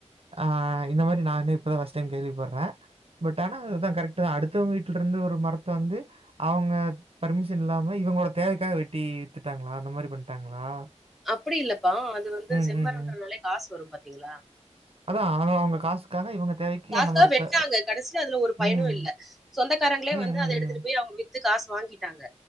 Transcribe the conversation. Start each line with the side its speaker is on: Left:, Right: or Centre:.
Right: ஆ இந்த மாறி நானே இப்பதான் ஃபர்ஸ்ட் டைம் கேள்வி படுறேன் பட் ஆனா அதுதான் கரெக்ட் அடுத்தலங்க வீட்டுல இருந்து ஒரு மரத்த வந்து அவங்க பர்மிஷன் இல்லாம இவங்களோட தேவைக்காக வெட்டி வித்துட்டாங்களா அந்த மாறி பண்ணிட்டாங்களா
Centre: அப்படி இல்லப்பா அது வந்து
Right: ம்,
Centre: செம்மரன்றனாலே
Right: ம், ம்.
Centre: காசு வரும் பாத்தீங்களா
Right: அதான் அவங்க காசுக்கான இவங்க தேவைக்கு
Centre: தாத்தா
Right: அந்த மரத்த
Centre: வெட்டனாங்க கடைசியில அதுல ஒரு பயனும்
Right: ம்.
Centre: இல்ல சொந்தக்காரங்களே
Right: ம், ம்,
Centre: வந்து அத எடுத்துட்டு
Right: ம்.
Centre: போய் அவங்க வித்து காசு வாங்கிட்டாங்க